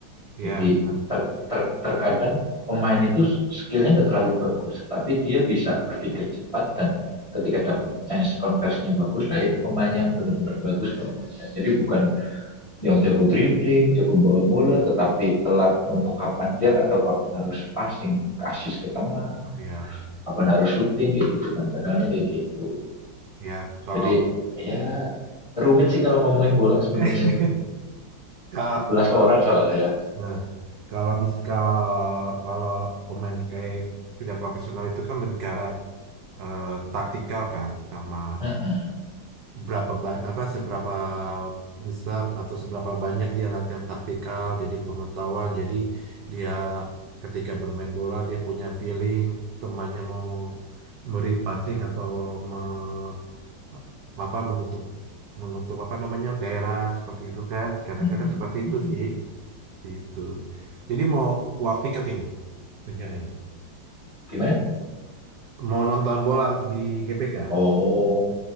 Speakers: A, on the right (about 85°); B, on the left (about 25°).
A: ya
B: Jadi
A: benar
B: ter- ter- terkadang pemain itu skillnya nggak terlalu bagus, tapi dia bisa berpikir cepat dan ketika dapat chance konversinya bagus, lah itu pemain yang benar-benar bagus kalau menurut saya. Jadi bukan yang jago dribbling, jago bawa bola, tetapi telat untuk kapan dia nggak tahu kapan harus passing, asis ke tengah,
A: iya
B: kapan harus shooting kayak gitu kan. Kadang-kadang kayak gitu.
A: iya kalau
B: Jadi ya rumit sih kalau ngomongin bola sebenarnya
A: <laughs>
B: itu.
A: Ka-
B: sebelas
A: kalau
B: orang soalnya ya.
A: nah kalau mis kalau kalau pemain kayak sudah profesional itu kan lebih ke arah eh, taktikal kan sama
B: Heeh,
A: berapa ba- apa seberapa besar atau seberapa banyak dia latihan taktikal jadi pengetahuan jadi dia ketika bermain bola dia punya feeling temannya mau memberi passing atau me- apa menutup menutup apa namanya daerah seperti itu kan kadang-kadang
B: heeh,
A: seperti
B: heeh.
A: itu sih Gitu. Jadi mau war ticket ini rencananya.
B: Gimana?
A: Mau nonton bola di GBK.
B: Oh,